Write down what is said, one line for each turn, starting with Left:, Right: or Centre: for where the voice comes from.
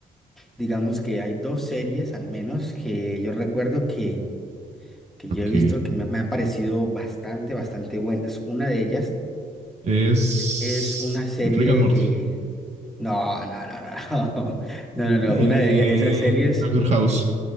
Centre: digamos que hay dos series al menos que yo recuerdo que, que yo
Right: Ok.
Centre: he visto que me, me han parecido bastante, bastante buenas. Una de ellas
Right: Es
Centre: Es una serie.
Right: Rick and Morty.
Centre: eh, No, no, no, no, no. <laughs> No, no, no.
Right: Eh,
Centre: Una de ellas, esas series.
Right: Doctor House.
Centre: eh,